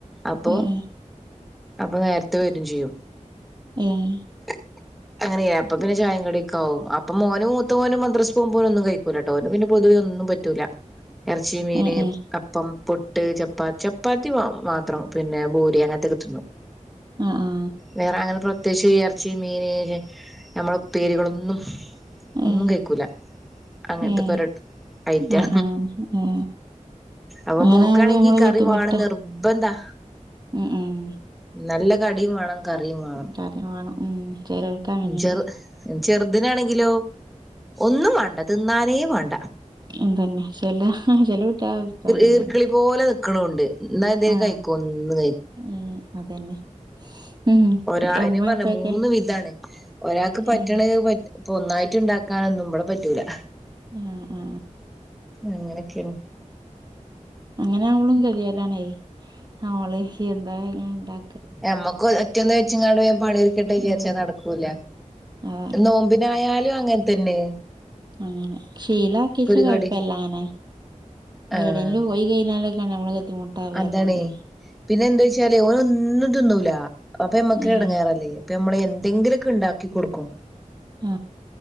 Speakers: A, in the centre; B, on the right.
A: അപ്പൊ
B: ഏ ഏ
A: അപ്പ നേരത്തെ വരും ചെയ്യും.
B: ഏഹ്
A: <unintelligible> അങ്ങനെയായപ്പ പിന്നെ ചായേം കടിക്കാവും അപ്പം മോന് മൂത്ത മോന് മദ്രസ് പോമ്പോഴൊന്നും കഴിക്കൂലട്ടോ ഓന് പിന്നെ പൊതുവെയൊന്നു പറ്റൂല എറച്ചി, മീന്,
B: ഏ ഏ
A: അപ്പം, പുട്ട്, ചപ്പാ ചപ്പാത്തി വാങ്ങും. മാത്രം പിന്നെ ഭൂരി അങ്ങനത്തക്കെ തിന്നും
B: ആ ആ
A: വേറെ അങ്ങനെ പ്രത്യേയിച്ച് എറ ച്ചി മീന് നമ്മളപ്പേരികളൊന്നും ഒന്നും
B: ഏ
A: കഴയിക്കൂല. അങ്ങനത്തൊക്കോരോ
B: ഏ
A: ഐറ്റാ
B: ആ ആ ഏ
A: അപ്പൊ
B: അങ്ങനെ
A: മോക്കാണെങ്കി
B: ആവുമ്പള് നമ്മള്
A: കറി
B: ബുദ്ധിമുട്ടാ
A: വാണം നിർ ബന്ധാ
B: ഉം ഉം
A: നല്ല കടിം വാണം കറിം വാണം.
B: കറി വേണം ഉം ചെലോർക്ക് അങ്ങനെണ്ട്
A: ചെറ് ചെറുതിനാണെങ്കിലോ ഒന്നും വാണ്ട തിന്നാനേ വാണ്ട.
B: എന്തന്നെ ട്ടല്ല ചെലകുട്ട്യാളങ്ങനെത്തന്നെയാണ്
A: ഈർക്കിളി പോലെ നിക്കണുണ്ട് എന്നാ എന്തേലും
B: ആ
A: കഴിക്കോ ഒന്നും
B: ഉം അതന്നെ. ഉം
A: ഒരാളിനേം
B: ഉമ്മ
A: പറഞ്ഞ
B: ഉപ്പയൊക്കെ
A: മൂന്ന് വിധാണ് ഒരാക്ക് പറ്റണ
B: ഏഹ്
A: പറ്റ് പ്പൊന്നായിറ്റിണ്ടാക്കാനൊന്നും ഇവടെ പറ്റൂല.
B: ആ ആ
A: അങ്ങനെക്കെണ്.
B: അങ്ങനെയവളും കഴിയലാണേ. ആ ഓളെ എന്താ ഞാനിണ്ടാ
A: ഞമ്മക്കു ഒറ്റയൊന്നു വെച്ചിങ്ങാണ്ട് വേഗം പണിതീർക്കട്ടെവിചാരിച്ച
B: ഉം
A: നടക്കൂല.
B: അതാണ്
A: നോമ്പിനായാലും അങ്ങൻതന്നെ
B: അങ്ങനെ ശീലാക്കീച്ച കൊഴപ്പല്ലങ്ങനെ.
A: കടി ആഹ്
B: ഏടെലും പോയികഴിഞ്ഞാലക്കാണ് യമ്മള് ബുദ്ധിമുട്ടവയ്യാത്തോണ്ടേ.
A: അതാണേ പിന്നെ എന്താ വെച്ചാല് ഓനൊന്നും തിന്നൂല. അപ്പൊ യമ്മക്ക്
B: ഏഹ്
A: എടങ്ങാറല്ലേ അപ്പ യമ്മള് എന്തെങ്കിലുമൊക്കെ ഉണ്ടാക്കി കൊടുക്കും
B: ആ